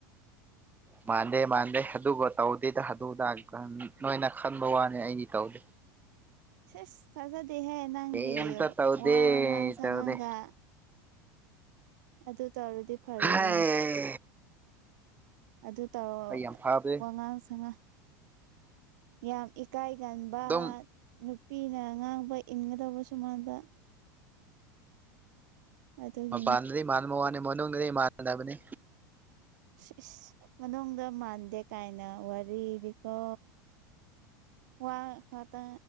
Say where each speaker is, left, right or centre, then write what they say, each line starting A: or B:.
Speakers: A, on the right (about 15°); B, on the right (about 65°).
A: ꯃꯥꯗꯦ ꯃꯥꯥꯟꯗꯦ ꯑꯗꯨ ꯑꯗꯨꯒꯠꯇꯥꯎꯗ ꯑꯇꯩꯇ ꯊꯗꯣꯛꯎ ꯇ ꯅꯣꯏꯅ ꯈꯟꯕ ꯋꯥꯅꯤ ꯑꯩꯗꯤ ꯇꯧꯗꯦ
B: ꯁꯁ ꯊꯥꯖꯗꯦꯍꯦ ꯅꯪꯗꯤ
A: ꯀꯩꯝꯇ ꯇꯧꯗꯦ
B: ꯋꯥ ꯉꯥꯡ ꯁꯥꯉꯥꯡꯒ
A: ꯇꯧꯗꯦ
B: ꯑꯗꯨ ꯇꯧꯔꯗꯤ ꯐꯔꯦꯅꯦ
A: ꯍꯩ
B: ꯑꯗꯨ ꯇꯧꯔ
A: ꯑꯩ ꯌꯥꯝ ꯐꯕꯅꯦ
B: ꯋꯥꯉꯥꯡ ꯁꯉꯥ ꯌꯥꯝ ꯏꯀꯥꯏꯒꯕ
A: ꯑꯗꯨꯝ
B: ꯅꯨꯄꯤꯅ ꯉꯥꯡꯕ ꯏꯟꯒꯗꯧꯕ ꯁꯨ ꯃꯥꯟꯕ ꯑꯗꯨꯒꯤꯅꯦ
A: ꯃꯄꯥꯟꯗꯗꯤ ꯃꯥꯟꯕ ꯋꯥꯅꯤ ꯃꯅꯨꯡꯗꯗꯤꯃꯥꯟꯅꯗꯕꯅꯤ
B: ꯏꯁ ꯏꯁ ꯃꯅꯨꯡꯗ ꯃꯥꯟꯗꯦ ꯀꯥꯏꯅ ꯋꯥꯔꯤꯗꯤꯀꯣ ꯋꯥ ꯈꯇ